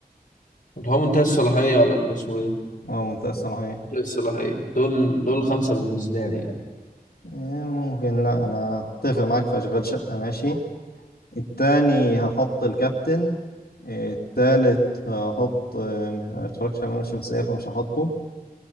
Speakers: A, on the left; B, on the left.
A: اللي هو منتهي الصلاحيه ولا كان اسمه ايه
B: اه منطقة الصلاحية
A: الصلاحية دول دول خمسة بالنسبة لي يعني
B: آه، ممكن لا انا اتفق معاك في اشغال شقة ماشي التاني هحط الكابتن آه، التالت هحط آه، ما اتفرجتش على لام الشمسية فمش هحطه